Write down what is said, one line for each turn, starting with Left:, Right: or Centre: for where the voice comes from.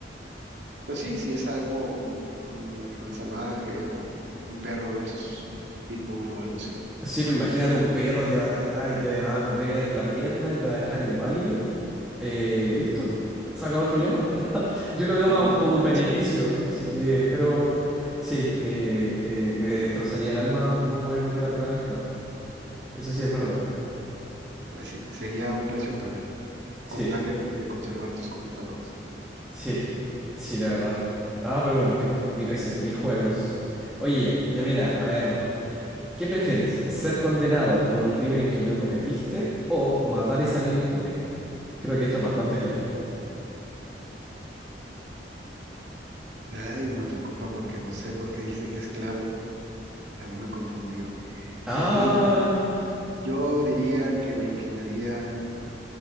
Right: Pues sí, si es algo como un, pe- un animal salvaje o un perro de esos pitbull o algo así.
Centre: Sí, pues imagínate un perro te va a atacar y te va a comer la pierna y te va a dejar inválido. Eh, listo, se acabó el problema. <laughs> Yo lo veo
Right: Nomás
Centre: más
Right: lo
Centre: como
Right: tocas
Centre: un beneficio,
Right: y ya.
Centre: así que, pero sí, eh, eh, me destrozaría el alma no poder volver a tocar a mis perros. Eso sí es verdad.
Right: Pues, pues sí, sería un precio a pagar
Centre: Sí.
Right: con tal de, de conservar tus computadoras.
Centre: Sí, sí, la verdad. Ah, pero bueno, es mi, compu- mi PC,
Right: Venga.
Centre: mis juegos. Oye, ya mira, a ver, ¿qué prefieres? ¿Ser condenado por un crimen que no cometiste o matar y salir impune? Creo que esto es bastante claro.
Right: Ay, me preocupa porque no sé por qué dijiste que es claro. A mí me confundió.
Centre: Ah,
Right: Y yo diría que me inclinaría